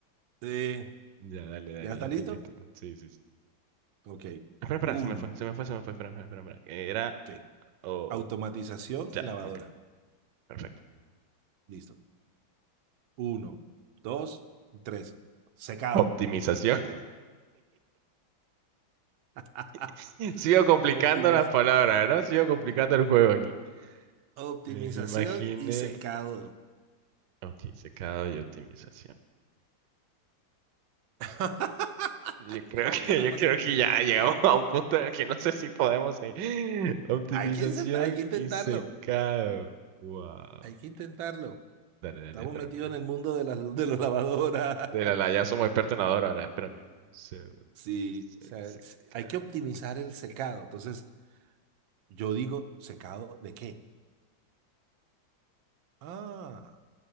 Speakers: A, on the right (about 90°); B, on the right (about 70°).
A: Eh,
B: Ya, dale, dale,
A: ¿ya está
B: ya estoy
A: listo?
B: listo. Sí, sí, sí.
A: Ok.
B: Espera, espera,
A: Uno.
B: se me fue, se me fue, se me fue. Espera, espera, espera. espera. Eh, Era.
A: Ok.
B: o-
A: Automatización
B: o- ya,
A: y lavadora.
B: ok, perfecto.
A: Listo. Uno, dos, tres. Secado.
B: Optimización.
A: <laughs>
B: <laughs> Sigo complicando
A: Optimiz-
B: las palabras, ¿no? Sigo complicando el juego aquí.
A: optimización
B: Eh, me imaginé.
A: y secado.
B: Ok, secado y optimización.
A: <laughs>
B: Yo creo
A: ¿Cómo
B: que,
A: caramba
B: yo creo
A: se relaciona?
B: que ya llegamos <laughs> a un punto en el que no sé si podemos seguir. Optimización
A: Hay que, insent- hay que intentarlo.
B: y secado. Wow.
A: Hay que intentarlo.
B: Dale,
A: Estamos
B: dale, espérame.
A: metidos en el mundo de las, de las lavadoras.
B: De
A: <laughs>
B: la, la- ya somos expertos en ador ahora, espérame. Un segundo.
A: Sí,
B: Se-
A: o sea,
B: Secado.
A: s- hay que optimizar el secado. Entonces, yo digo, ¿secado de qué? Ah.